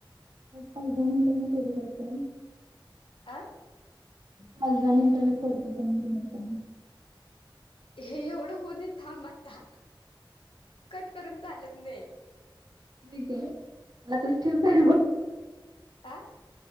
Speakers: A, on the right (about 50°); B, on the left (about 80°).
A: पाच दहा मिनिटांन करू काय काॅल.
B: आं.
A: पाच, दहा मिनिटांन करतो थांब तुला काॅल
B: हे एवढं होऊ दे थांब आता, कट करून चालत नाही.
A: ठीक आहे. ठेवु काय?
B: ए- आ